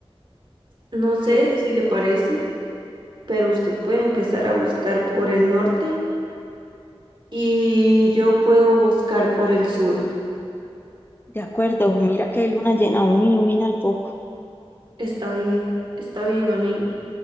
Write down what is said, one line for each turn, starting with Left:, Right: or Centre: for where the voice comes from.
Right: No sé
Left: ¿Qué?
Right: si le parece, pero usted puede empezar a buscar por el norte y yo puedo buscar por el sur.
Left: De acuerdo, mira que hay luna llena aún ilumina el poco.
Right: Está bien, está bien, amiga.